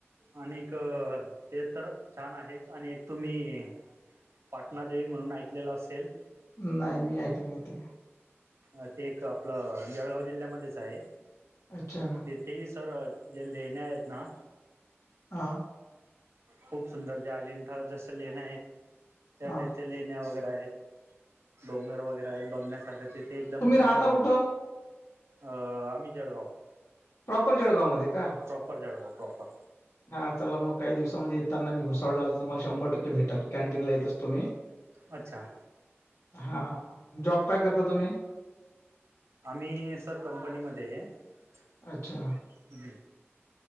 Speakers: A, on the right (about 75°); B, on the left (about 85°).
A: आणि एक ते तर छान आहेत आणि एक तुम्ही पाटणादेवी म्हणून ऐकलेला असेल.
B: नाही मी ऐकल नाही ते
A: अ ते एक आपलं जळगाव जिल्ह्यामध्येच आहे.
B: अच्छा
A: तिथेही सर जे लेण्या आहेत ना.
B: हा.
A: खूप सुंदर ज्या अजिंठ जसं लेण्यां आहेत त्या
B: हा
A: टाईप ते लेण्या वगैरे तिथे आहेत डोंगर वगैरे आहेत बघण्यासारखं तिथे एकदम
B: तुम्ही राहता
A: छान ह.
B: कुठं
A: अ आम्ही जळगाव.
B: प्रॉपर जळगाव मध्ये का?
A: प्रॉपर जळगाव प्रॉपर
B: हा चला मग काही दिवसाांमध्ये येत. त्याना मी भुसावळला तुमला शंभरक्के भेटन कॅनीन ला येत असतो मी
A: अच्छा
B: हा जॉब काय करता तुम्ही
A: आम्ही सर कंपनी मध्ये हम.
B: अच्छा.